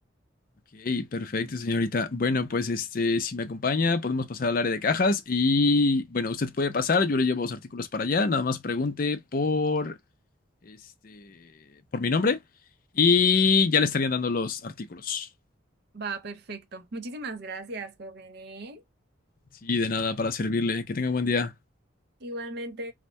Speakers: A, on the left; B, on the right.
A: Ok, perfecto, señorita. Bueno, pues este, si me acompaña, podemos pasar al área de cajas y bueno, usted puede pasar, yo le llevo los artículos para allá, nada más pregunte por este, por mi nombre y ya le estarían dando los artículos.
B: Va, perfecto. Muchísimas gracias, joven, ¿eh?
A: Sí, de nada, para servirle. Que tenga buen día.
B: Igualmente.